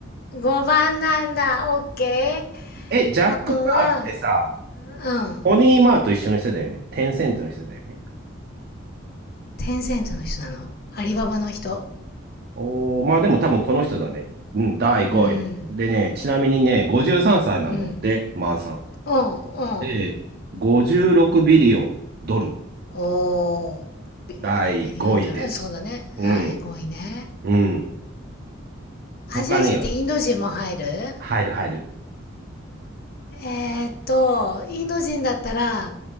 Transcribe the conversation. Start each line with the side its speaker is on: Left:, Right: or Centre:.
Left: ?5 番なんだ。オッケー。
Right: え、ジャック・
Left: あとは、
Right: マーってさ、
Left: うん。
Right: ポニー・マーと一緒の人だよね。テンセントの人だよね。
Left: テンセントの人なのアリババの人。
Right: おー、まあでも多分この人だね。うん、第5位。
Left: うん。
Right: でね、ちなみにね、53歳なんだって、
Left: うん。
Right: マーさん。
Left: うんうん
Right: で、56ビリオンドル。
Left: おービリヨンドラそうだねはいごいね
Right: 第5位です。うん、うん。
Left: アジア人ってインド人も入る
Right: 他には入る、入る。
Left: えー、っとインド人だったら